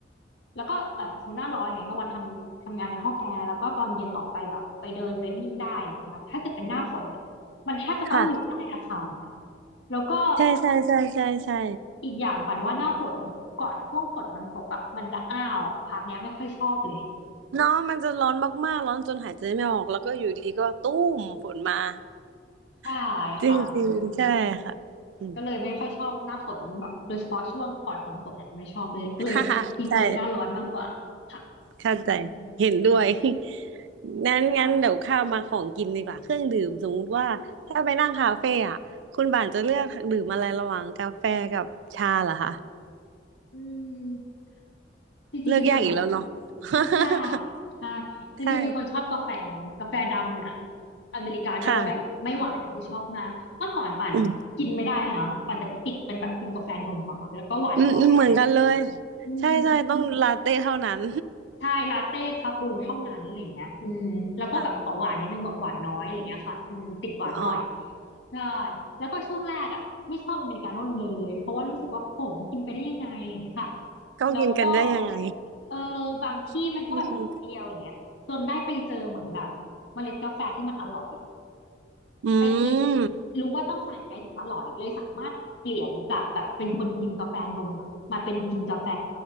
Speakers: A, on the left (about 85°); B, on the right (about 80°).
A: แล้วก็เออสมมติหน้าร้อนอย่างเงี้ยกลางวันทำทำงานในห้องแอร์แล้วก็ตอนเย็นออกไปแบบไปเดินไปวิ่งได้นะคะถ้าเกิดเป็นหน้าฝนเนี่ย มันแทบจะต้องอยู่ใต้อาคารอะ
B: ค่ะ
A: แล้วก็
B: ใช่ใช่ใช่ใช่ใช่
A: อีกอย่างปันว่าหน้าฝนก่อนช่วงฝนมันตกอ่ะมันจะอ้าวพาร์ทเนี้ยไม่ค่อยชอบเลย
B: เนาะมันจะร้อนมากๆร้อนจนหายใจไม่ออกแล้วก็อยู่ดีก็ตุ้มฝนมา
A: ใช่
B: <laughs> จริงๆใช่ค่ะอืม
A: ค่ะอืมก็เลยไม่ค่อยชอบหน้าฝนแบบโดยเฉพาะช่วงก่อนฝนตกเนี่ยจะไม่ชอบเลยก็เลยพรีเฟอร์หน้าร้อนมากกว่าค่ะ
B: <laughs> ฮ่าฮ่าใช่ เข้าใจ
A: อืม
B: เห็นด้วย <laughs> นั้นงั้นเดี๋ยวข้ามมาของกินดีกว่าเครื่องดื่มสมมติว่าถ้าไปนั่งคาเฟ่อะคุณบ่านจะเลือกดื่มอะไรระหว่างกาแฟกับชาเหรอคะ
A: ค่ะอืม จริงๆเป็นคนแบบ
B: เลือกยากอีกแล้วเนาะ <laughs>
A: เลือกยากใช่จริงๆเป็นคนชอบกาแฟ
B: ใช่
A: กาแฟดำเนี่ยอเมริกาโน่เนี่ยไม่หวานนะคือชอบมากเมื่อก่อนปั่นกินไม่ได้นะปั่นจะติดเป็นแบบกินกาแฟนมอะค่ะแล้วก็หวานน้อยแทน
B: ค่ะอืมอืมอืมเหมือนกันเลย
A: อืม
B: ใช่ใช่ต้องลาเต้เท่านั้น
A: ใช่ลาเต้คาปูเท่านั้นอะไรเงี้ยอืมแล้วก็แบบขอหวานนิดนึงแบบหวานน้อยอะไรเงี้ยค่ะอืมติดหวานหน่อย
B: <laughs> ใช่อ๋อ
A: ใช่แล้วก็ช่วงแรกอ่ะไม่ชอบอเมริกาโน่เลยเพราะว่ารู้สึกว่าขมกินไปได้ยังไงอย่างเงี้ยค่ะ
B: ก็กินกันได้ยังไง
A: แล้วก็เออบางที่มันก็แบบติดเปรี้ยวอะไรเงี้ยจนได้ไปเจอเหมือนแบบเมล็ดกาแฟที่มันอร่อย
B: <laughs> อืม <laughs>
A: ไปกินรู้ว่าต้องสั่งยังไงถึงอร่อยเลยสามารถเปลี่ยนจากแบบเป็นคนกินกาแฟนมอ่ะมาเป็นกินกาแฟ